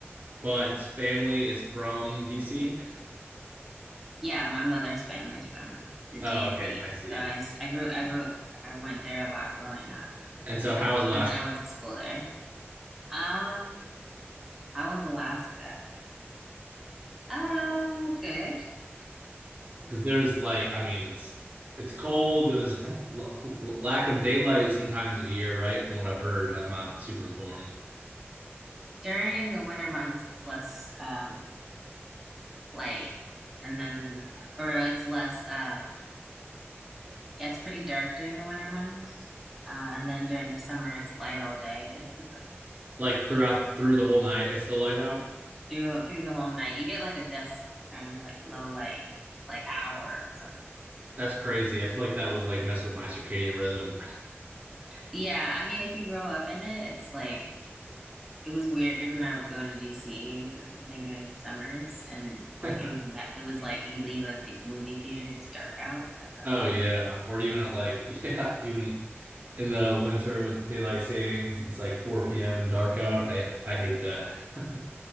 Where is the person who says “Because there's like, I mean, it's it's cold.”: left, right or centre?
Right